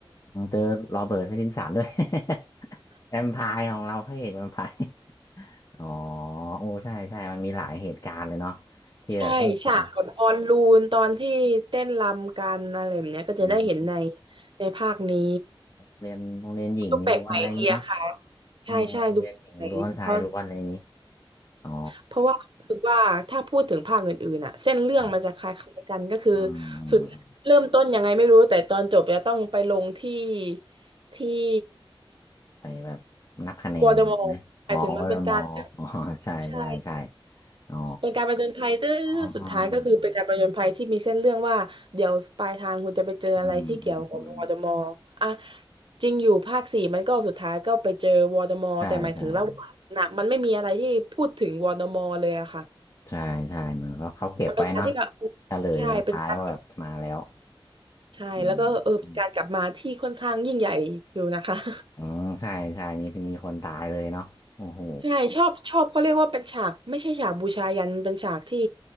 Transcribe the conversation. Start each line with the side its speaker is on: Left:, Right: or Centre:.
Left: ผมเจอโรเบิร์ตแพตตินสันด้วย <laughs> แวมไพร์ของเราพระเอกแวมไพร์ <laughs> อ๋อโอ้ใช่ใช่มันมีหลายเหตุการณ์เลยเนาะที่แบบเออผม
Right: ใช่ฉากกับบอลลูนตอนที่เต้นรำกันอะไรแบบเนี้ยก็จะได้เห็นใน
Left: อืม
Right: ในภาคนี้
Left: เรียนโรงเรียนหญิงล้วนอะไรอย่างนี้เนาะ
Right: ดูแปลกใหม่ดีอะค่ะ
Left: เออโรงเรียนหญิงล้วนชายล้วนอะไรอย่างนี้
Right: ใช่ใช่ดูแปลกใหม่ดีเพราะ
Left: อ๋อ
Right: เพราะว่ารู้สึกว่าถ้าพูดถึงภาคอื่นๆอ่ะเส้นเรื่องมันจะคล้ายๆกันก็คือ
Left: ครับอืม
Right: สุดเริ่มต้นยังไงไม่รู้แต่ตอนจบจะต้องไปลงที่ที่
Left: ไปแบบนับคะแนนอะไรอย่างนี้ไหมอ๋อวรมออ๋อใช่ใช่ใช่
Right: วอร์ดมอร์หมายถึงมันเป็นการแบบใช่
Left: อ๋อ
Right: เป็นการผจญภัยเรื่อยๆสุดท้ายก็คือเป็นการผจญภัยที่มีเส้นเรื่องว่าเดี๋ยวปลายทางคุณจะไปเจออะไรที่เกี่ยวกับวอร์ดมอร์อ่ะ
Left: อ๋ออ๋ออืมอืมอืม
Right: จริงอยู่ภาคสี่มันก็สุดท้ายก็ไปเจอวอร์ดมอร์แต่หมายถึงระหว่างน่ะมันไม่มีอะไรที่พูดถึงวอร์ดมอร์เลยอะค่ะ
Left: ใช่ใช่ ใช่ใช่เหมือนเขาเขาเก็บไว้เนาะ
Right: มันเป็นการที่แบบ
Left: เฉลยตอนท้ายว่าแบบมาแล้ว
Right: ใช่เป็นการใช่แล้วก็เออเป็นการกลับมาที่ค่อนข้างยิ่งใหญ่อยู่นะคะ
Left: อืมอืม
Right: <laughs>
Left: อ๋อใช่ใช่มีมีคนตายเลยเนาะโอ้โห
Right: ใช่ชอบชอบเขาเรียกว่าเป็นฉากไม่ใช่ฉากบูชายันเป็นฉากที่